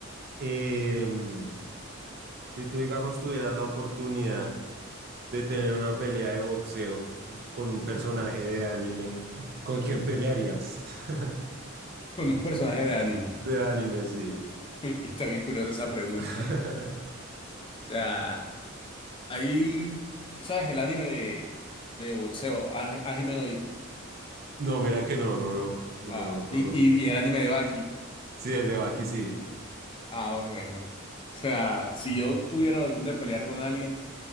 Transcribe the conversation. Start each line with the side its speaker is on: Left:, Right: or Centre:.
Right: em, si tú, digamos, tuvieras la oportunidad de tener una pelea de boxeo con un personaje de anime, ¿con quién pelearías? <laughs>
Left: <laughs> Con un personaje de anime.
Right: De anime, sí.
Left: <laughs> Está bien curiosa esa pregunta.
Right: <laughs>
Left: O sea, ahí, tú sabes, el anime de, de boxeo, Ah, Hajime no Ippo.
Right: No, mira que no, no lo, no,
Left: Ah,
Right: no lo conozco.
Left: y, y, y el anime de Baki.
Right: Sí, el de sí.
Left: Ah, bueno. O sea, si yo tuviera la opción de pelear con alguien,